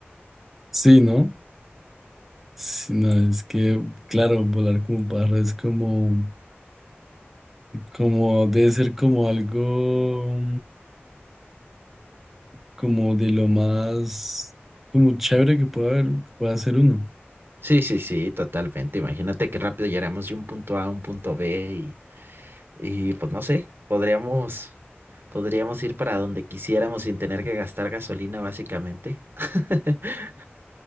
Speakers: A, in the centre; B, on the right.
A: Sí, ¿no? Sí, no, es que, claro, volar como un pájaro es como, como, debe ser como algo, como de lo más, como chévere que puede haber, que pueda hacer uno.
B: Sí, sí, sí, totalmente, imagínate qué rápido llegaremos de un punto A a un punto B Y pues no sé, podríamos, podríamos ir para donde quisiéramos sin tener que gastar gasolina, básicamente. <laughs>